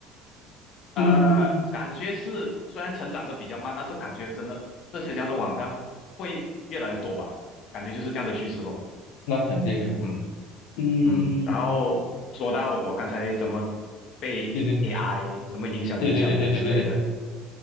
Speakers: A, on the left; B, on the left.
A: 呃，
B: <laughs> 嗯，
A: 感觉是虽然成长的比较慢，但是感觉真的这些这样的网站会越来越多吧，感觉就是这样的趋势咯。
B: 那肯定的，
A: 嗯
B: 嗯，
A: 嗯，然后说到我刚才怎么被
B: 对对
A: AI 怎么影响影响的之类的，
B: 对对对对对对对，